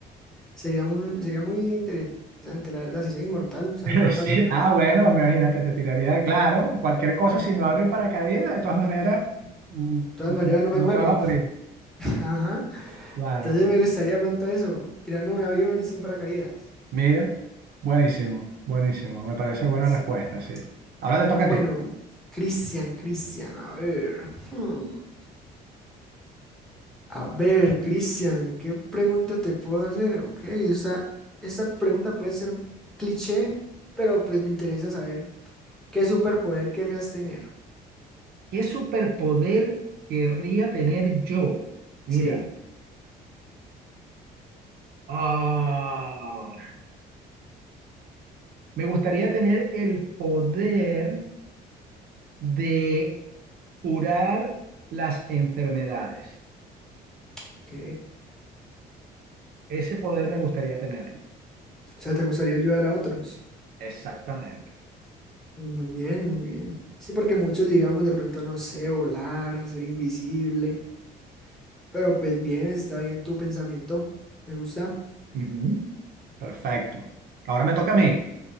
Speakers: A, in the centre; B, on the right (about 65°).
A: Sería un, sería muy interesante, la verdad, si soy inmortal, o sea,
B: <laughs>
A: no me va a
B: Sí.
A: pasar nada.
B: Ah, bueno, imagínate, te tiraría, claro, cualquier cosa, si no abre el paracaídas, de todas maneras, mm,
A: De todas
B: mm,
A: maneras,
B: no,
A: no me
B: no
A: muero.
B: te vas a morir.
A: <laughs> Ajá.
B: Claro.
A: Entonces me gustaría pronto eso, tirarme de un avión sin paracaídas.
B: Mira, buenísimo, buenísimo. Me parece buena
A: Sí.
B: respuesta, sí. Ahora te toca
A: Bueno,
B: a ti.
A: Cristian, Cristian, a ver. hmm. A ver, Cristian, ¿qué pregunta te puedo hacer? Ok, esa, esa pregunta puede ser cliché, pero pues me interesa saber qué superpoder querrías tener.
B: ¿Qué superpoder querría tener yo? Mira,
A: Sí,
B: ah, me gustaría tener el poder de curar las enfermedades.
A: ok.
B: Ese poder me gustaría tenerlo.
A: O sea, ¿te gustaría ayudar a otros?
B: Exactamente.
A: Muy bien, muy bien. Sí, porque muchos digamos de pronto, no sé, volar, ser invisible, pero pues bien, está bien tu pensamiento. Me gusta.
B: Ujú. Perfecto. Ahora me toca a mí.